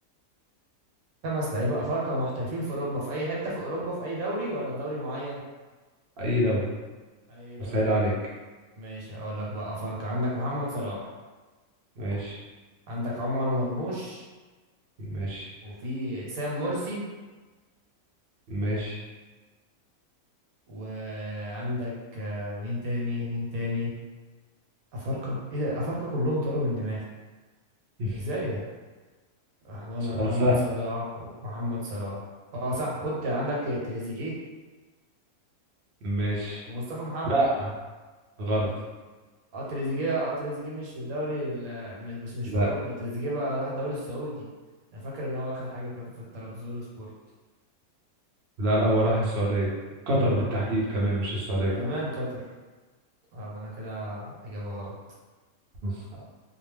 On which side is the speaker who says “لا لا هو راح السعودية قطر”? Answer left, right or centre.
Right